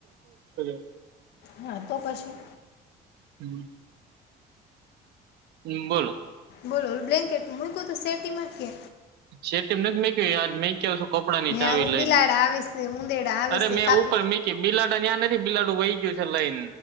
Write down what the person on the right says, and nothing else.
<unintelligible>
હમ હમ બોલો
છે તેમને જ મેં કય યાદ મેં કેવું કપડા ની
ચાવી
લઈને,
અરે
મેં
ઉપર મીકી બિલાડા ત્યાં નથી. તમિલનાડું વઈ ગયું છે લઈન